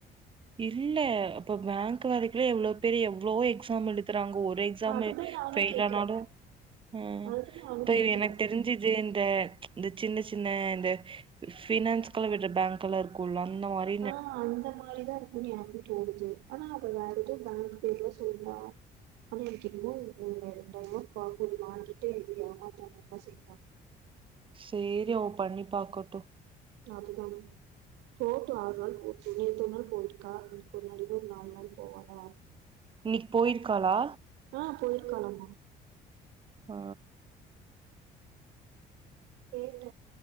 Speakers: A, on the right; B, on the right.
A: இல்ல இப்ப பேங்க் வரைக்குலா எவ்ளோ பேர் எவ்வளோ எக்ஸாம் எழுதுறாங்க ஒரே எக்ஸாம்ல
B: அதுதா நானு
A: ஃபெயில்
B: கேக்குறே
A: ஆனாலு ம்
B: அதுதா நானு
A: இப்ப
B: கேக்குறே
A: எனக்கு தெரிஞ்சு இது இந்த இந்த சின்ன சின்ன இந்த பினன்ஸ்குளா விடுற பேங்க் குள்ள இருக்குல்ல அந்த மாறி
B: ஓ அந்த மாரிதா இருக்குன் எனக்கு போடுது ஆனா அவ வேற ஏதோ பேங்க் பேர்ல சொல்றா ஆனா எனக்கு என்னமோ ஒரு ரெண்டாயிரமா வாங்கிட்டு நம்மள ஏமாத்தாம இருந்தா சரி தா
A: சேரி அவ பண்ணி பாக்கட்டு
B: அதுதா போட்டு ஆறு நாள் போட்டு நேத்து ஒரு நாள் போயிருக்கா மறுபடியு ஒரு நாலு நாள் போவாளா
A: இன்னிக் போய்ருக்காளா
B: ஆ போய்ருக்காளாமா
A: ஆ
B: கேட்ட‌